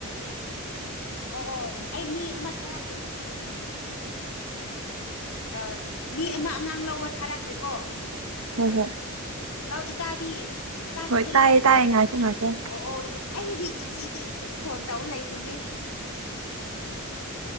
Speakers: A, on the left; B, on the right.
A: ꯑꯣ ꯑꯣ ꯑꯩ ꯃꯤ ꯑꯃ ꯊꯥꯔꯛꯈ꯭ꯔꯦ ꯑ ꯃꯤ ꯑꯃ ꯑꯉꯥꯡ ꯂꯧꯕ ꯊꯥꯔꯛꯈ꯭ꯔꯦꯀꯣ
B: ꯍꯣꯏ ꯍꯣꯏ
A: ꯍꯜꯂꯣ ꯏꯇꯥꯗꯤ ꯏꯇꯥ
B: ꯍꯣꯏ
A: ꯇꯈꯦꯜꯂꯩ
B: ꯇꯥꯏꯌꯦ ꯇꯥꯏꯌꯦ ꯉꯥꯏꯈꯣ ꯉꯥꯏꯈꯣ
A: ꯑꯣ ꯑꯣ ꯏ ꯑꯩꯗꯤ ꯉꯁꯤꯗꯤ ꯑꯗꯨꯝ ꯐꯣꯟ ꯇꯧ ꯂꯩꯅꯤꯡꯉꯦ